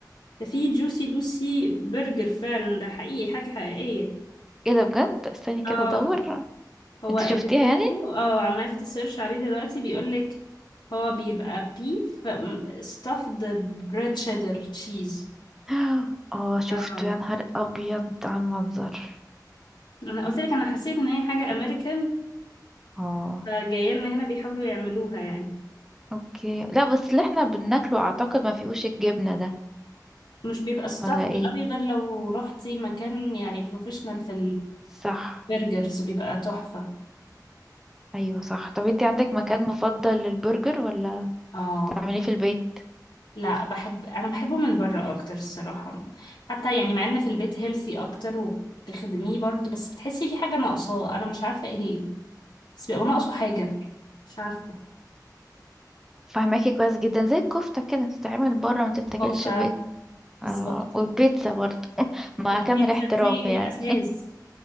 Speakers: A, on the left (about 85°); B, in the centre.
A: ده في جوسي لوسي برجر فعلا ده حقيقي حاجة حقيقية
B: كده بجد استني كده
A: اه
B: ادور
A: هو
B: انت شفتيها
A: فكرته
B: يعني
A: اه عملت سيرش عليه دلوقتي بيقولك هو بيبقى بيف stuffed bread cheddar cheese
B: <gasps> اه شفته
A: اه
B: يا نهار ابيض على المنظر
A: انا قلت لك انا حسيت ان هي حاجة امريكان
B: اه
A: فجايه لنا هنا بيحاولوا يعملوها يعني
B: اوكي لا بس اللي احنا بناكله اعتقد ما فيهوش الجبنة ده
A: مش بيبقى stuffed
B: ولا ايه
A: قوي غير لو روحتي مكان يعني بروفيشنال في
B: صح
A: البرجرز بيبقى تحفة
B: ايوه صح طب انتي عندك مكان مفضل للبرجر ولا
A: اه
B: تعمليه في البيت
A: لا بحب انا بحبه من بره اكتر الصراحة حتى يعني مع ان في البيت هيلثي اكتر وبتخدميه برضه بس بتحسي في حاجة ناقصاه انا مش عارفة ايه هي بس بيبقى ناقصه حاجة مش عارفة
B: فهماكي كويس جدا زي الكفتة كده تتعمل بره ما تتاكلش
A: كفتة
B: في البيت
A: بالظبط
B: اه والبيتزا برضه <laughs> مع
A: البيتزا
B: كامل احترام
A: دي
B: يعني
A: أساس